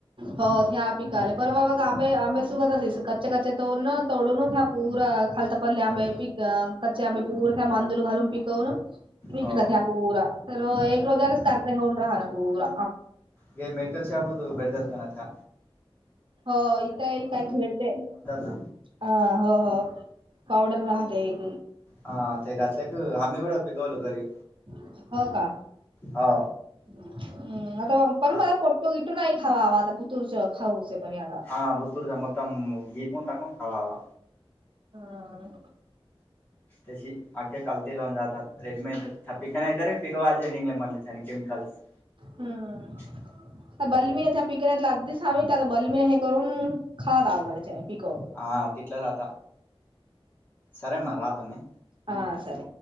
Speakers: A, on the right; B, on the left.
A: हो ते्या पिकाले पर ब बाबा आंबे आंबे सुू करस क्चे कच्चे तोड ना तोडून पूर खालता पडले आंबे पिक कच्चे आंबे पूरे त्या मांदूल घालून पिकवून.. विक
B: हो
A: न्या पूरा चलो एक रोजलाच कर र होन रहा ना पूरा.
B: ग मेडिकल शॉप होत, भेरताातऽ
A: हो,, इथं येईल काय खेळतेऽ
B: ना
A: ह, हो हो, पवडर राहते एकऽ
B: हा, ते घातलं क आम्ही गुडं पिकवलो घरी.
A: हो, का,
B: हो
A: म् आता पण
B: आ
A: मला पटू इऽ नाही खावा आता, पुतूर खाऊ पण आताऽ
B: हा बुतूरच्या मतम घि पण तक खावा हवा.
A: हम,
B: तशी आख्या काल लावन जातात, रेडमेंट थ पिक नाहीत रे पिक वाजे निघ म्हटले छ केमिकल्सऽ
A: हम्म,
B: ह,
A: बलमीिनच्या पिकण्या अगदीच आम्ही आ बलमीिन हे करून खातात, आह मला पिकवूनऽ
B: ह, तिटल्या जता,, सरे म राता मेऽ
A: हा सर,